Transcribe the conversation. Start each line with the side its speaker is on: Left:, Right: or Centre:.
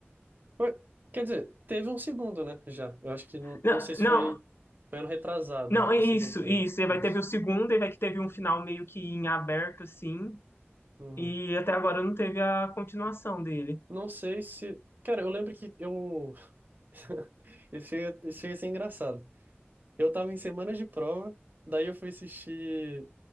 Right: Foi- Quer dizer, teve um segundo, né? Já. Eu acho que, não
Left: Não,
Right: não sei se
Left: não,
Right: foi, foi ano retrasado,
Left: não, é
Right: o
Left: isso,
Right: segundo filme.
Left: isso. E vai
Right: Isso.
Left: teve o segundo, e vai que teve um final meio que em aberto, assim.
Right: Uhum.
Left: E até agora não teve a continuação dele.
Right: Não sei se. Cara, eu lembro que eu. <laughs> Isso ia, isso ia ser engraçado. Eu tava em semana de prova, daí eu fui assistir.